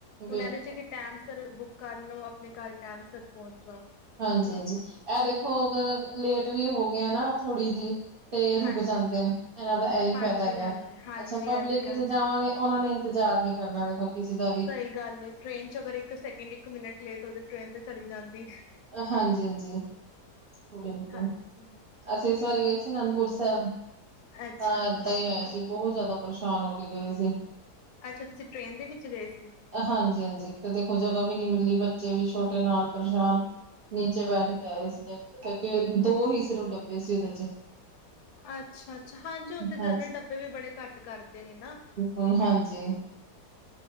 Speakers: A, on the right; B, on the left.
A: ਬਿਲਕੁਲ
B: ਹੁਣ ਇਹਦੇ, ਚ। ਟਾਈਮ ਸਿਰ ਬੁੱਕ ਕਰ ਲਓ, ਆਪਣੇ ਘਰ ਟਾਈਮ ਸਿਰ ਪਹੁੰਚ ਜਾਓਗੇ।
A: ਹਾਂਜੀ-ਹਾਂਜੀ, ਇਹ ਦੇਖੋ, ਅਗਰ ਲੇਟ ਵੀ ਹੋ ਗਿਆ ਨਾ ਥੋੜ੍ਹੀ ਜਿਹੀ। ਤੇ ਰੁਕ
B: ਹਾਂਜੀ,
A: ਜਾਂਦੇ ਨੇ, ਇਹਨਾਂ ਦਾ ਇਹੀ
B: ਹਾਂਜੀ,
A: ਫਾਇਦਾ ਹੈਗਾ।
B: ਹਾਂਜੀ, ਹਾਂਜੀ
A: ਅੱਛਾ, ਪਬਲਿਕ
B: ਇਹ ਤੇ ਗੱਲ
A: ਚ ਜਾਵਾਂਗੇ,
B: ਹੈ।
A: ਉਹਨਾਂ ਨੇ ਇੰਤਜ਼ਾਰ ਨੀ ਕਰਨਾ, ਦੇਖੋ ਕਿਸੇ ਦਾ ਵੀ।
B: ਸਹੀ ਗੱਲ ਏ, ਟ੍ਰੇਨ ਚ ਅਗਰ ਇੱਕ ਸੈਕਿੰਡ, ਇੱਕ ਮਿੰਟ ਲੇਟ ਹੋ ਜਾਵੇ, ਟ੍ਰੇਨ ਤਾਂ ਚਲੀ ਜਾਂਦੀ।
A: ਹਾਂਜੀ-ਹਾਂਜੀ। ਬਿਲਕੁਲ,
B: ਹਾਂਜੀ,
A: ਅਸੀਂ ਇਸ ਵਾਰ ਗਏ ਸੀ ਅਨੰਦਪੁਰ ਸਾਹਿਬ।
B: ਅੱਛਾ,
A: ਹਾਂ, ਇੱਦਾਂ ਹੀ ਹੋਇਆ ਸੀ, ਬਹੁਤ ਜ਼ਿਆਦਾ ਪਰੇਸ਼ਾਨ ਹੋ ਕੇ ਗਏ ਸੀ।
B: ਅੱਛਾ, ਤੁਸੀਂ ਟ੍ਰੇਨ ਦੇ ਵਿੱਚ ਗਏ ਸੀ।
A: ਹਾਂਜੀ, ਹਾਂਜੀ, ਤੇ ਦੇਖੋ ਜਗ੍ਹਾ ਵੀ ਨਹੀਂ ਮਿਲੀ, ਬੱਚੇ ਵੀ ਛੋਟੇ, ਨਾਲ ਪਰੇਸ਼ਾਨ। ਨੀਚੇ ਬੈਠ ਕੇ ਆਏ ਸੀ, ਕਿਉਂਕਿ ਦੋ ਹੀ ਸਿਰਫ਼ ਡੱਬੇ ਸੀ ਉਹਦੇ ਚ।
B: ਅੱਛਾ, ਅੱਛਾ। ਹਾਂਜੀ, ਹੁਣ ਤਾਂ
A: ਹਾਂਜੀ
B: ਜਨਰਲ ਡੱਬੇ ਵੀ ਬੜੇ ਘੱਟ ਕਰ ਦਿੱਤੇ ਨੇ ਨਾ।
A: ਹੁਨ ਹਾਂਜੀ।